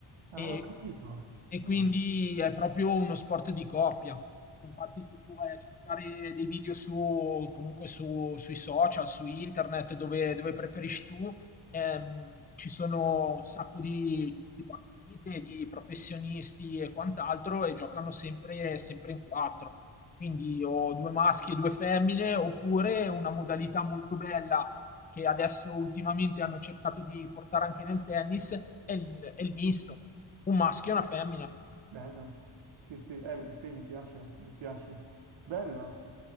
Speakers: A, on the left (about 20°); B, on the right (about 70°).
A: E
B: Ah, ho capito.
A: e quindi
B: Ah.
A: è proprio uno sport di coppia. Infatti se tu vai a cercare dei video su comunque su sui social, su internet, dove dove preferisci tu, ehm, ci sono un sacco di di partite, di professionisti e quant'altro e giocano sempre sempre in 4. Quindi ho 2 maschi e 2 femmine, oppure una modalità molto bella che adesso ultimamente hanno cercato di portare anche nel tennis è il è il misto, un maschio e una femmina.
B: Bello. Sì, sì, eh, sì, mi piace, mi piace. Bello.